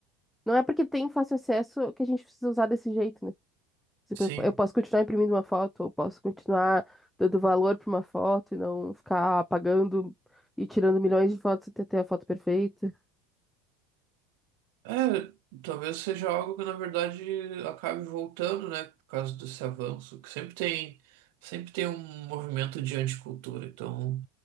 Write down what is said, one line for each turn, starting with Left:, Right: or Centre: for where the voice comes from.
Centre: Não é porque tem fácil acesso que a gente precisa usar desse jeito, né? Tipo,
Right: Sim.
Centre: eu eu posso continuar imprimindo uma foto, eu posso continuar dando valor para uma foto e não ficar apagando e tirando milhões de fotos até ter a foto perfeita.
Right: É, talvez seja algo que na verdade acabe voltando, né? Por causa desse avanço, que sempre tem, sempre tem um movimento de anticultura. Então,